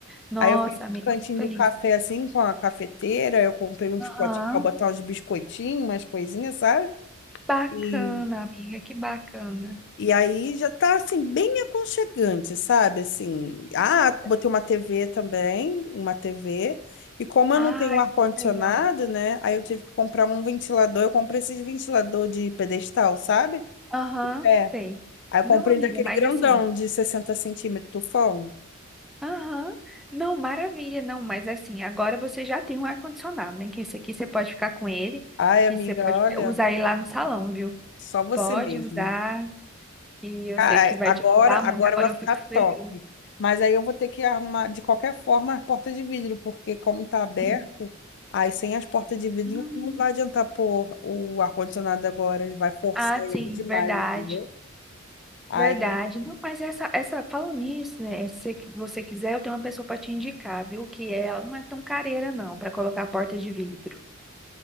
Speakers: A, in the centre; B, on the left.
A: Nossa,
B: Aí eu fiz
A: amiga,
B: o cantinho
A: fico feliz.
B: do café assim, com a cafeteira. Eu comprei uns
A: Aham,
B: potinhos pra botar uns biscoitinhos, umas coisinhas, sabe?
A: Bacana,
B: E,
A: amiga, que bacana.
B: e aí já tá assim, bem aconchegante, sabe? Assim, ah,
A: Nossa,
B: botei uma TV também, uma TV. E como eu
A: ai,
B: não tenho ar-condicionado,
A: que legal.
B: né? Aí eu tive que comprar um ventilador. Eu comprei esses ventilador de pedestal, sabe?
A: Aham,
B: É.
A: sei.
B: Aí
A: Não,
B: eu comprei
A: amiga,
B: daquele
A: mas
B: grandão
A: assim.
B: de 60 centímetros, tufão.
A: Aham. Não, maravilha, não, mas assim, agora você já tem um ar-condicionado, né? Que esse aqui você pode ficar com ele,
B: Ai,
A: que
B: amiga,
A: você pode
B: olha,
A: usar ele lá no salão, viu?
B: só você
A: Pode
B: mesmo.
A: usar, que eu
B: Ai,
A: sei que vai
B: Agora,
A: te ajudar
B: agora
A: muito. Agora
B: vai
A: eu
B: ficar
A: fico feliz.
B: top. Mas aí eu vou ter que arrumar, de qualquer forma, as portas de vidro, porque como tá aberto,
A: <laughs>
B: aí sem as portas de vidro
A: Hum.
B: não vai adiantar pôr o ar-condicionado agora, ele vai forçar
A: Ah,
B: ele
A: sim,
B: demais,
A: verdade.
B: entendeu? Aí,
A: Verdade. Não, mas essa, essa, falando nisso, né? Se que você quiser, eu tenho uma pessoa para te indicar, viu? Que ela não é tão careira, não, para colocar a porta de vidro.